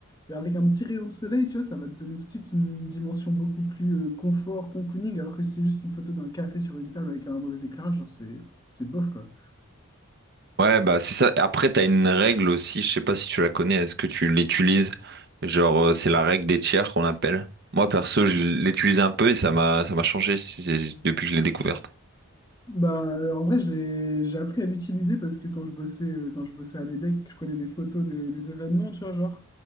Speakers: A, on the left; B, on the right.
A: Avec un petit rayon de soleil, tu vois, ça va te donner tout de suite une dimension beaucoup plus euh, confort, cocooning, alors que si c'est juste une photo d'un café sur une table avec un mauvais éclairage, genre c'est c'est bof quoi.
B: Ouais, bah c'est ça. Après, t'as une règle aussi, je sais pas si tu la connais, est-ce que tu l'utilises? Genre, euh, c'est la règle des tiers qu'on appelle. Moi, perso, je l'utilise un peu et ça m'a ça m'a changé c'est- depuis que je l'ai découverte.
A: Bah en vrai, je l'ai j'ai appris à l'utiliser parce que quand je bossais euh, quand je bossais à l'EDEC et que je prenais des photos des, des événements, tu vois, genre